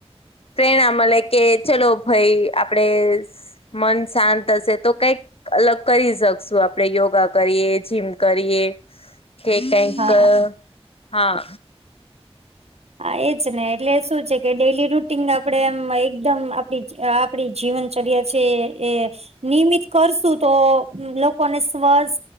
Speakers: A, on the left; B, on the right.
A: પ્રેરણા મળે કે ચલો ભાઈ આપડે. મન શાંત હશે તો કઈ. અલગ કરી શકશું આપણે યોગા કરીએ જીમ કરીએ. કે ટકર
B: હા
A: હા.
B: હા એજ ને એટલે શું છે કે ડેલી રૂટીન આપડે એમ એકદમ આપડી. આપડી જીવન ચર્યા છે એ. નિયમિત કરશું તો લોકોને સ્વસ્.